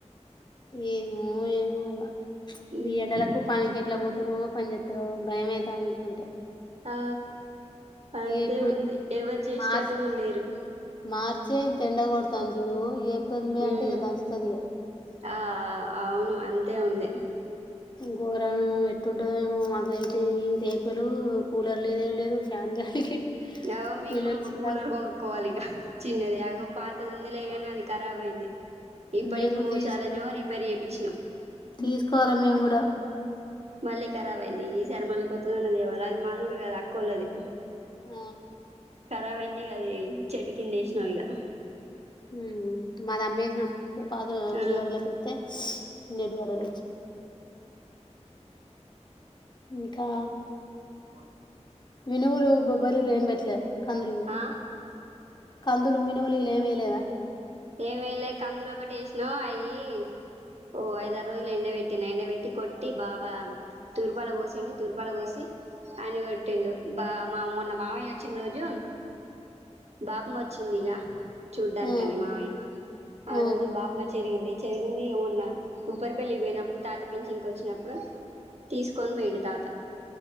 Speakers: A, on the left (about 40°); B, on the right (about 65°).
A: ఏమో ఏమో ఇంక
B: ఉమ్
A: ఈ ఎండలకు పని కేట్లా పో ఎప్పుడు పనిస్తారో భయమవుతాది ఇట్ల ఉంటే
B: ఆ అంతే
A: ఇప్పుడు
B: ఉంది ఎవరు చేసేటట్టు
A: మార్చి
B: కూడా లేరు
A: మార్చే ఇంత ఎండ కొడుతాంది కూడ చూడు ఏప్రిల్ మే
B: ఉమ్
A: అంటే ఇక దంచుతాది ఇక
B: ఆ అవును అంతే ఉంది
A: గోరం ఎట్టుంటదో అద ఈ రేకులు కూలర్ లేదు ఎం లేదు <unintelligible>
B: నవ మేముకూడ
A: పిల్లలు చికాకు
B: కూలర్ కొనుకోవాలిగ చిన్నది అగ పాతది ఉంది లేగాని అది కారాబు అయింది ఇప్పటికి
A: మేము కూడా
B: మూడు
A: తీస్
B: చాలనేవరి రిపేర్ చేయిపించినాం
A: తీసుకోవాలి మేము కూడా
B: మళ్లి కారాబైంది ఈ సరే మళ్ళా కొత్తదైన తేవాల మాది కూడా కాదు అక్కొళది
A: ఆ
B: ఖరాబ్ అయిందిక అది చెటు కింద వేసినాము ఇక
A: హ్మె మాది అమ్మేసాం పాత
B: ఆ
A: ఉల్లిగడ్డల కైతే <unintelligible> వచ్చ ఇంకా
B: ఊ
A: వినూరు బబ్బరు ఏం బేట్ల కందులు
B: ఆ
A: కందులు మినుములు ఇలా ఏమీ ఎలేదా
B: ఏమైలే కందులు ఒకటి ఎష్నామ్ అయయిి ఓ ఐద ఆారు రోజులు ఎండ పెట్టినా ఎండబట్టి కొట్టి బావా తూరుపాల పోసిండి తూరుపాల పోసి అనివతిండూ బా మా మొన్న మావయ్య వచ్చిన రోజు బాపం వచ్చింది ఇక చూడ్డానికని
A: ఆ
B: మా ఆ
A: ఆహా
B: రోజు బాపమ జరిగింది జరిగింది ఏమన్నా ఊబరి పెళ్లిి పోయినప్పుడు తాత పింంచిన్కొచ్చినప్పుడు తీసుకొని పోయండు తాత